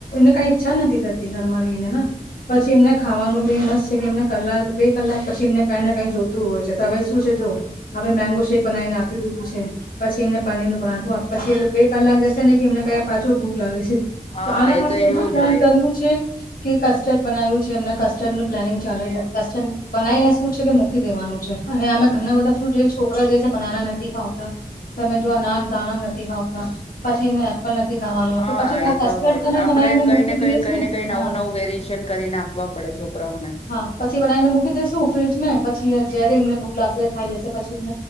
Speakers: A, on the left (about 65°); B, on the left (about 40°).
A: કઈ કઈ ઈચ્છા નથી થતી ઘરમાં રહીને પછી એમને ખાવાનું બી મસ્ત છે કે એમને કલાક બે કલાક પછી એમને કઈ ને કઈ જોતું હોય છે તો હવે શું છે જો હવે મેંગો શેક બનાવીને આપી દીધું છે પછી એમને પનીર નું પરંઠું પછી બે કલાક જશે ને કે એમને ક્યાયા પાછોળ ભૂક લાગે છે
B: હા
A: તો આના
B: એ
A: માટે હું
B: એવું
A: શું પ્લાન
B: જ હોય
A: કર્યું છે. કે કસ્ટર્ડ બનાવ્યું છે એમને કસ્ટર્ડનુંું પ્લાનિંગ ચાલે છે કસ્ટર્ડ બનાવીને શું છે કે મૂકી દેવાનું છે અને અમે ઘણા બધા જે છોકરા જે છે બનાના નથી ખાવતા તમે જો આ ના દાણમ નથી ખાવતા પછી એમને લ નથી ખાવાનું હો
B: હા
A: તો પછી આ
B: એ
A: કસ્ટર્ડ
B: તો હોય
A: તમે
B: આપડે
A: બનાવીને
B: કઈ
A: મૂકી
B: ને
A: દે
B: કઈ
A: છે
B: કઈ ને કઈ નવું
A: હા
B: નવું વેરિએશન કરીને આપવા પડે છોકરાઓને
A: હા પછી બનાવીને મૂકી દેસુ ફ્રીજમાં પછી જ્યારે એમને ભૂખ લાગશે ખાઈ લેશે પછી એમ